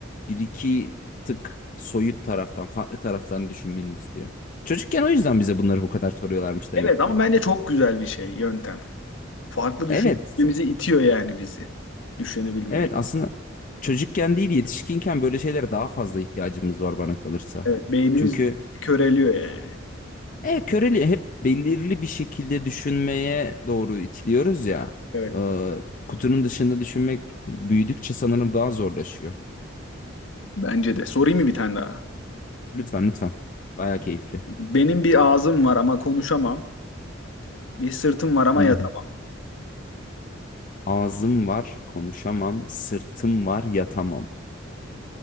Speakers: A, on the left (about 40°); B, on the left (about 70°).
A: bir iki tık soyut taraftan, farklı taraftan düşünmeni istiyor. Çocukken o yüzden bize bunları bu kadar soruyorlarmış demek
B: Evet ama
A: ki.
B: bence çok güzel bir şey yöntem. Farklı düşünmemizi
A: Evet,
B: itiyor yani bizi. Düşünebilmeye.
A: evet aslında çocukken değil yetişkinken böyle şeylere daha fazla ihtiyacımız var bana kalırsa.
B: Evet. Beynimiz
A: Çünkü
B: köreliyor yani.
A: E, köreli hep belirli bir şekilde düşünmeye doğru itiliyoruz ya.
B: Evet.
A: Ee, kutunun dışında düşünmek büyüdükçe sanırım daha zorlaşıyor.
B: Bence de. Sorayım mı bir tane daha?
A: Lütfen lütfen. Baya keyifli.
B: Benim bir ağzım var ama konuşamam. Bir sırtım var ama
A: Hı
B: yatamam.
A: hı. Ağzım var, konuşamam. Sırtım var, yatamam.